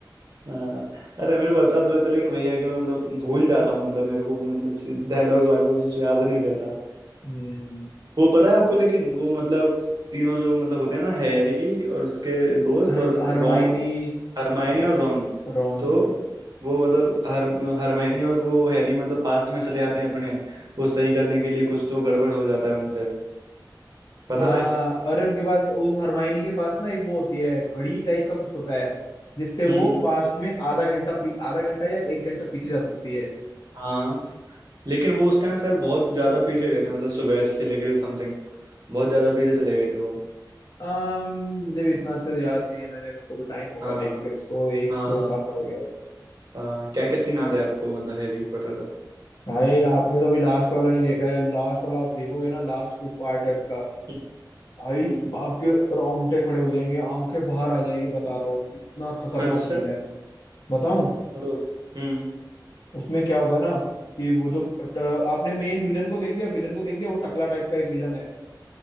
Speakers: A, on the right; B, on the left.
A: हाँ अरे मेरे को अच्छा तो लगता है लेकिन वही है कि मैं मतलब भूल जाता हूँ मतलब मेरे को मतलब डायलॉग्स वायलॉग्स कुछ याद नहीं रहता
B: हम्म
A: वो पता है आपको लेकिन वो मतलब तीनों जो मतलब होते हैं ना हैरी और उसके दोस्त
B: हर
A: और उस
B: हरमाइनी
A: रॉन हरमायनी
B: हर
A: और रॉन
B: रॉन
A: तो वो मतलब हर हरमायनी और वो हैरी मतलब पास्ट में चले जाते हैं अपने वो सही करने के लिए कुछ तो गड़बड़ हो जाता है उनसे पता
B: हाँ
A: है
B: अरे उनके पास उस हरमाइनी के पास ना एक वो होती है घड़ी टाइप का कुछ होता है जिससे
A: हम्म
B: वो
A: हम्म
B: पास्ट में आधा घंटा पी- आधा घंटा या एक घंटा पीछे जा सकती है
A: हाँ हाँ। लेकिन वो उस टाइम शायद बहुत ज्यादा पीछे गए थे मतलब सुबह से लेकर समथिंग बहुत ज्यादा पीछे चले गए थे वो
B: अम मुझे भी इतना अच्छे से याद नहीं है मैंने मेरे को भी टाइम हो गया
A: हाँ
B: देख के उसको एक
A: हाँ
B: दो साल हो गया
A: हाँ क्या क्या सीन याद है आपको मतलब हैरी पॉटर का
B: भाई आपने तो अभी लास्ट वाला नहीं देखा है लास्ट वाला आप देखोगे ना लास्ट जो पार्ट है उसका
A: <laughs>
B: भाई
A: हम्म
B: आपके रोंगटे खड़े हो जाएंगे आंखें बाहर आ जाएगी बता रहा हूँ इतना खतरनाक
A: अच्छा
B: सीन है बताऊं?
A: ओ हम्म
B: उसमें क्या होता है ना कि वो जो ट, आपने मेन विलन को देख लिया विलन को देख लिया वो टकला टाइप का एक विलन है